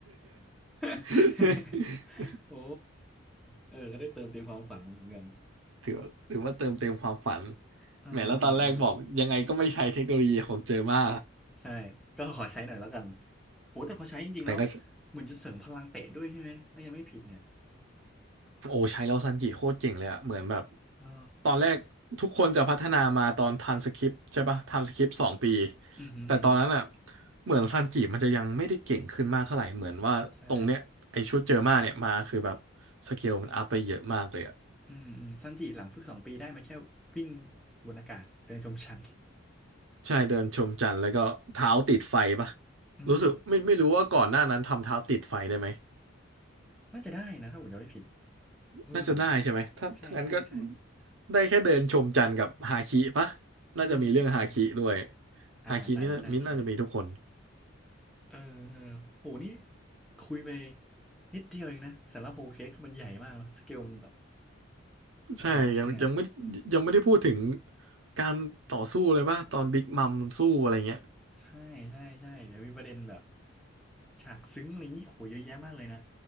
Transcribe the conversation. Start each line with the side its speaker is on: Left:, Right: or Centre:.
Centre: <laughs>
Right: <laughs>
Centre: โอ้เออก็ได้เติมเต็มความฝันเหมือนกัน
Right: ถือถือว่าเติมเต็มความฝัน
Centre: เออเออเออ
Right: แหมแล้วตอนแรกบอกยังไงก็ไม่ใช้เทคโนโลยีของเจอมา
Centre: ใช่ ก็ขอใช้หน่อยแล้วกันโหแต่พอใช้จริงๆแล้ว
Right: แต่ก็
Centre: เหมือนจะเสริมพลังเตะด้วยใช่ไหมถ้ายังไม่ผิดเนี่ย
Right: โอ้ใช้แล้วซันจิโคตรเก่งเลยอะเหมือนแบบ
Centre: เออ
Right: ตอนแรกทุกคนจะพัฒนามาตอนทำสคริปต์ใช่ปะทำสคริปต์สองปี
Centre: อือหืออือหือ
Right: แต่ตอนนั้นอะเหมือนซันจิมันจะยังไม่ได้เก่งขึ้นมากเท่าไหร่เหมือนว่าตรงเนี้ยไอชุดเจอมาเนี่ยมาคือแบบ
Centre: ใช่
Right: สเกลมันอัพไปเยอะมากเลยอะ
Centre: อืมอืมซันจิหลังฝึกสองปีได้มาแค่วิ่งบนอากาศเดินชมชั้น
Right: ใช่เดินชมจันทร์แล้วก็เท้าติดไฟปะ
Centre: <laughs> อืม
Right: รู้สึกไม่ไม่รู้ว่าก่อนหน้านั้นทำเท้าติดไฟได้ไหม
Centre: น่าจะได้นะถ้าผมจำไม่ผิด เออหลัง
Right: น่าจะได้ใช่ไหม
Centre: หลังใช่ใช่ใช่
Right: ถ้าถ้างั้นก็ได้แค่เดินชมจันทร์กับฮาคิปะ น่าจะมีเรื่องฮาคิด้วย
Centre: อืมอืมอ่าใช่ใช่ใช่
Right: ฮาคินี่นามิ้นท์น่าจะมีทุกคน
Centre: เออเออโหนี่คุยไปนิดเดียวเองนะสำหรับโฮเค้กคือมันใหญ่มากเนอะสเกลมันแบบใหญ่จริงๆอ่ะ
Right: ใช่ยังยังไม่ยังไม่ได้พูดถึงการต่อสู้เลยป่ะตอนบิ๊กมัมสู้อะไรเงี้ย
Centre: ใช่ใช่ใช่เดี๋ยวมีประเด็นแบบฉากซึ้งอะไรอย่างนี้โอ้โหเยอะแยะมากเลยนะ